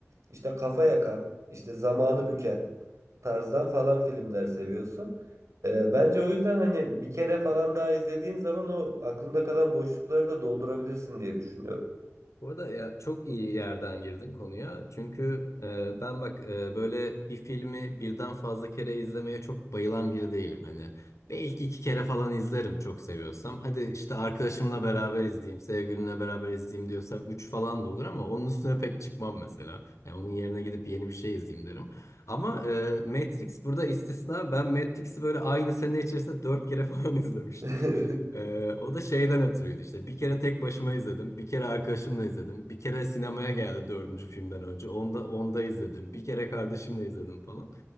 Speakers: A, on the right; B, on the left.
A: işte kafa yakan, işte zamanı büken tarzdan falan filmler seviyorsun. Ee, bence o yüzden hani bir kere falan daha izlediğin zaman o aklında kalan boşlukları da doldurabilirsin diye düşünüyorum.
B: Bu arada ya çok iyi yerden girdin konuya. Çünkü e, ben bak e, böyle bir filmi birden fazla kere izlemeye çok bayılan biri değilim. Hani belki iki kere falan izlerim çok seviyorsam. Hadi işte arkadaşımla beraber izleyeyim, sevgilimle beraber izleyeyim diyorsam üç falan da olur ama onun üstüne pek çıkmam mesela. Yani onun yerine gidip yeni bir şey izleyeyim derim. Ama e, Matrix burada istisna. Ben Matrix'i böyle aynı sene içerisinde dört kere falan <laughs> izlemiştim.
A: <laughs>
B: Ee, o da şeyden ötürüydü işte. Bir kere tek başıma izledim. Bir kere arkadaşımla izledim. Bir kere sinemaya geldi dördüncü filmden önce. Onda, onda izledim. Bir kere kardeşimle izledim falan.